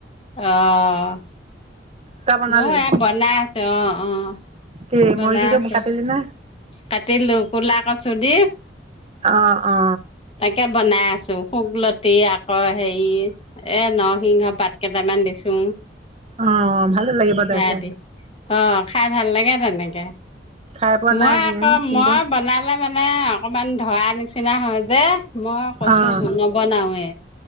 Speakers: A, on the left; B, on the right.
A: অহ
B: তই বনালি
A: মই এ বনা আছো অ' অ'
B: কি
A: বনাই
B: মুৰ্গীটো
A: আছেো
B: কাটিলি নে
A: কাটিলো কলা কচু দি।
B: অ' অ'
A: তাকে বনাই আছো শুকললতি আকৌ হেৰি এ নৰ সিংহ কেইটামান দিছোঁ
B: অঁ ভালে লাগিব
A: সেয়া
B: দে খাই
A: দি অ' খাই ভাল লাগে তেনেকে
B: খাই পোৱা
A: মই
B: নাই কি
A: আকৌ
B: কিন্তু
A: মই বনালে মানে অকমান ধৰা নিচিনা হয় যে মই কচু
B: অঁ
A: নবনাওে।